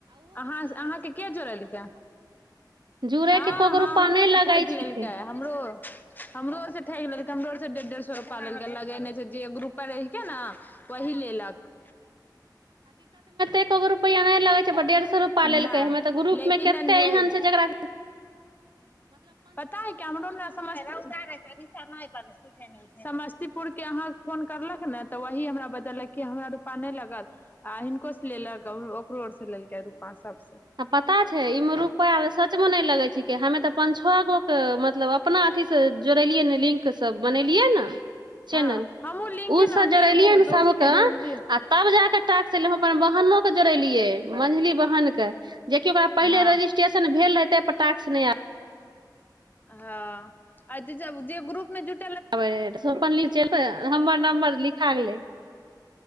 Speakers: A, on the left; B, on the right.
A: अहाँके के जोड़ेलकै
B: जुड़े
A: हँ
B: के एको गो
A: हमरो
B: रूपा नहि
A: ठकि
B: लगै छिकै
A: लेलकै हमरो आर स ठकि लेलकै डेढ़ डेढ़ सए रुपा ल लगेने छै जे ग्रुप बनेलकै रहे ने वही लेलक
B: एकोगो रुपैया नहि लगै छै डेढ रुपा
A: नहि
B: लेलकै हमे तऽ ग्रुप
A: लेकिन
B: मे कते
A: जे
B: एहन छै जकरा
A: पता है केमहरो हम ने सम समस्तीपुर के अहाँ फोन करलक ने तऽ वही हमरा बतेलक कि हमरा रूपा नहि लगल आ हिनको से लेलक कोर से लेलकै रूपा सब
B: आ पता छै इ मे रुपआ सचमें नहि लगै छि हमे तऽ प त गो मतलब अपना अथीसँ जोड़ेलियै न लिंक स सब बनेलियै ने चैनल
A: हँ हमहुँ लिंक
B: ओ
A: है ने हम
B: सभ
A: भी
B: जोड़ेलियै
A: एगो
B: ने
A: दोस्त
B: सभके
A: के भेजलियै
B: आ तब जा के टाक् हम अपन बहनोके जोड़ेलियै मझली बहिनके जेकि ओकरा पहिले
A: हँ
B: रजिस्ट्रेशन भेल रहै पटाक स नहि आ
A: हँ आ त जे ग्रुप में जुट
B: ओहि पर लिंक जयत हमर नमर लिख खा गेलय